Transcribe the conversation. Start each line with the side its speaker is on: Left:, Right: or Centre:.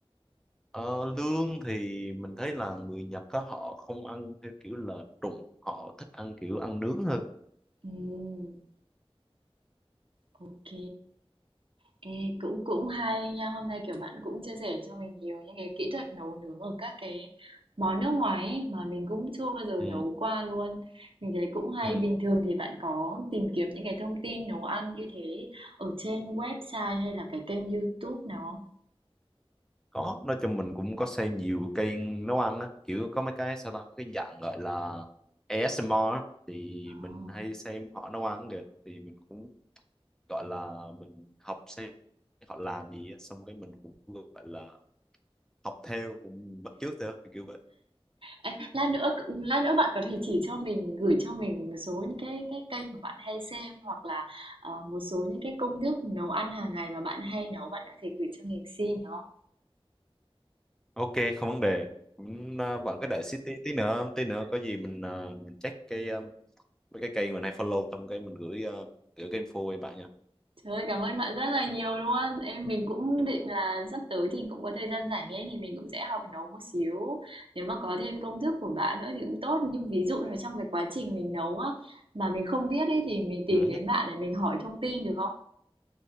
Centre: Ờ, lương thì mình thấy là người Nhật á họ không ăn theo kiểu là trụng họ thích ăn kiểu ăn nướng hơn
Right: Ừm, ok Ê, cũng cũng hay nha hôm nay kiểu bạn cũng chia sẻ cho mình nhiều những cái kỹ thuật nấu nướng ở các cái món nước ngoài ấy, mà mình cũng chưa bao giờ
Centre: ừ,
Right: nấu qua luôn mình thấy cũng hay
Centre: ừ.
Right: bình thường thì bạn có tìm kiếm những cái thông tin nấu ăn như thế ở trên website hay là cái kênh YouTube nào không?
Centre: có nói chung mình cũng có xem nhiều kênh nấu ăn á kiểu có mấy cái sao ta có cái dạng gọi là ASMR á, thì
Right: Ồ.
Centre: mình hay xem họ nấu ăn kìa thì mình cũng gọi là mình học xem họ làm gì á xong cái mình cũng gọi là học theo cũng bắt chước theo kiểu vậy
Right: Ê, lát nữa lát nữa bạn có thể chỉ cho mình gửi cho mình một số những cái cái kênh mà bạn hay xem hoặc là ờ, một số những cái công thức nấu ăn hàng ngày mà bạn hay nấu bạn có thể gửi cho mình xin được không?
Centre: ok không vấn đề Cũng, ờ, bạn cứ đợi xí tí, tí nữa tí nữa có gì mình ờ, mình check cái à, mấy cái kênh mình hay follow xong cái mình gửi ờ, gửi cái info cho bạn nha
Right: Trời ơi, cảm ơn bạn rất là nhiều luôn. Em mình cũng định là sắp tới thì cũng có thời gian rảnh ấy thì mình cũng sẽ học nấu một xíu. Nếu mà có thêm công thức của bạn nữa thì cũng tốt. Nhưng ví dụ như là trong cái quá trình mình nấu á mà mình không biết ấy thì mình tìm
Centre: Ừ,
Right: đến
Centre: hứ.
Right: bạn để mình hỏi thông tin được không?